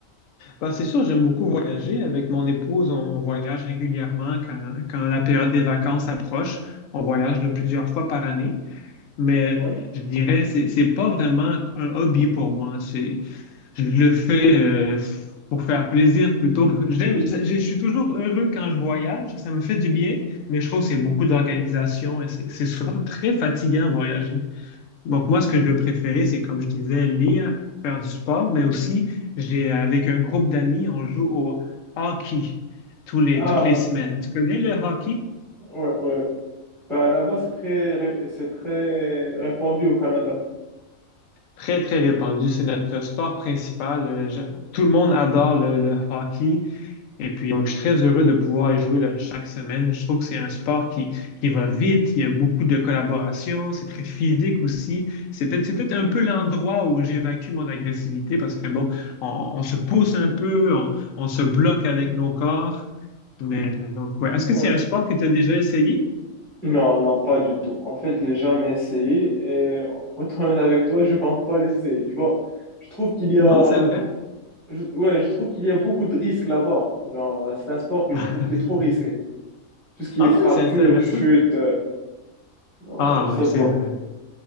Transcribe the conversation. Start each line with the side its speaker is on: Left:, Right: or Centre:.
Left: Ben, c'est sûr, j'aime beaucoup voyager. Avec mon épouse, on voyage régulièrement quand, quand la période des vacances approche. On voyage de plusieurs fois par année. Mais
Centre: Ouais.
Left: je dirais, c'est, c'est pas vraiment un hobby pour moi. C'est, je le fais euh, pour faire plaisir plutôt. <laughs> J'aime, je, je suis toujours heureux quand je voyage. Ça me fait du bien, mais je trouve que c'est beaucoup d'organisation et c'est c'est souvent très fatigant à voyager. Donc moi, ce que je vais préférer, c'est comme je disais, lire, faire du sport, mais aussi, j'ai avec un groupe d'amis, on joue au hockey tous les,
Centre: Ah
Left: toutes les
Centre: ouais,
Left: semaines. Tu connais le hockey?
Centre: ouais, ouais, Ben, là-bas, c'est très, ré- c'est très répandu au Canada.
Left: Très, très répandu. C'est notre sport principal. Euh, je- tout le monde adore le, le hockey. Et puis, donc, je suis très heureux de pouvoir y jouer là, chaque semaine. Je trouve que c'est un sport qui, qui va vite, il y a beaucoup de collaboration, c'est très physique aussi. C'est peut-être, c'est peut-être un peu l'endroit où j'évacue mon agressivité parce que, bon, on, on se pousse un peu, on, on se bloque avec nos corps. Mais donc, ouais. Est-ce que
Centre: Ouais.
Left: c'est un sport que tu as déjà essayé?
Centre: Non, non, pas du tout. En fait, je l'ai jamais essayé et pour être honnête avec toi, je compte pas l'essayer, tu vois. Je trouve qu'il y
Left: Non,
Centre: a,
Left: c'est vrai.
Centre: beau- je- ouais, je trouve qu'il y a beaucoup de risques là-bas. Genre, c'est un sport que
Left: <laughs>
Centre: je trouve qui est trop risqué. Tout ce qui
Left: Ah
Centre: est fracture,
Left: oui, c'est intéressant.
Centre: chute, euh, Non,
Left: Ah
Centre: ouais, je sais
Left: oui, c'est
Centre: pas.
Left: vrai.